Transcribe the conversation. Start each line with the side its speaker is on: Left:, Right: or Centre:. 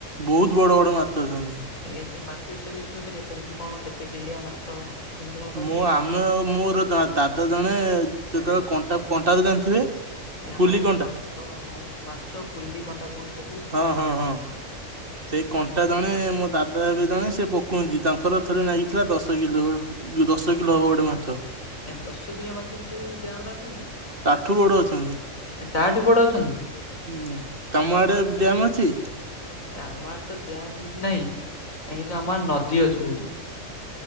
Right: ବହୁତ ବଡ ବଡ ମାଛ ଅଛନ୍ତି।
Left: ଆଜ୍ଞା ସେ ମାଛ ବିଷୟରେ କିଛି କହିପାରିବେ କମିତି କଣ କେତେ କିଲିଆ ମାଛ। କଣ କହିପାରିବେ
Right: ମୁଁ ଆମେ ଆଉ ମୋର ଦ ଦାଦା ଜଣେ ଯେତେବେଳେ
Left: ଆଜ୍ଞା
Right: କଣ୍ଟା କଣ୍ଟା ତ ଜାଣିଥିବେ।
Left: ଆଜ୍ଞା
Right: ପୁଲି
Left: ହଁ
Right: କଣ୍ଟା।
Left: ଯୋଉ ମାଛ ମାଛ ପୁଲି କଣ୍ଟା କୁହନ୍ତି ତା
Right: ହଁ ହଁ ହଁ ସେଇ କଣ୍ଟା ଜଣେ ମୋ ଦାଦା ହେବେ ଜଣେ ସେ ପୋ କୁହନ୍ତି ତାଙ୍କର ଥରେ ଲାଗିଥିଲା ଦଶ କିଲୋ ଦଶ କିଲୋ ହବ ଗୋଟେ ମାଛ।
Left: ଏ ଦଶ କିଲିଆ ମାଛ ବି ସେଇ ଡ୍ୟାମ ରେ ଅଛନ୍ତି?
Right: ତାଠୁ ବଡ ଅଛନ୍ତି।
Left: ଏ ତା ଠୁ ବଡ ଅଛନ୍ତି।
Right: ହୁଁ ତମ ଆଡେ ଡ୍ୟାମ୍ ଅଛି?
Left: ଏ ଆମ ଆଡ଼େ ତ ଡ୍ୟାମ କିଛି ନାହିଁ ଏ କିନ୍ତୁ ଆମର ନଦୀ ଅଛି ବହୁତୁ।